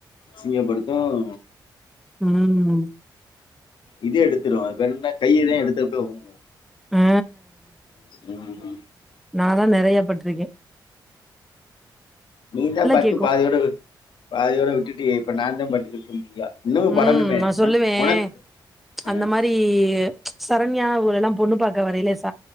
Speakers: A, on the left; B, in the centre.
A: அசிங்கப்படுத்தும்
B: உஹம்
A: இதே எடுத்துடுவோம் அது பேரன்னா கையைதான் எடுத்துட்டுவோம்
B: ஆ
A: உம்
B: நான்தான் நிறைய பட்டிருக்கேன்
A: நீ தான் பட்டு
B: கேட்கும்.
A: பாதியோட வி பாதியோட விட்டுட்டியே இப்ப நான் தான் பட்டுக்கிட்டு <unintelligible>
B: உம்
A: படணுமே
B: நான் சொல்லுவேன்
A: உன உனக்கு ஆ
B: அந்த மாரி சரண்யா அவுகளல்லாம் பொண்ணு பாக்க வரலே ச